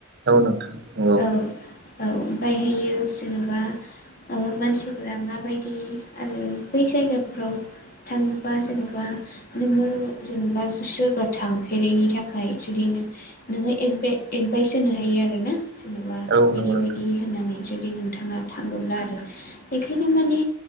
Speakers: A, on the right (about 55°); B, on the left (about 45°).
A: नोंथां नंगौ
B: औ औ ओमफायहायो जेनेबा मानसिफोरा माबायदि आरो बै जायगाफोराव थाङोबा जेनेबा नोङो जेनेबा सोरबा थांफेरैनि थाखाय जुदि नों नोङो एड एडभाइस होनो हायो आरोना जेनेबा
A: औ
B: बिदि
A: नंगौ नोंथां
B: बिदि फैनानै जुदि नोंथाङा थाङोब्ला आरो बेखायनो माने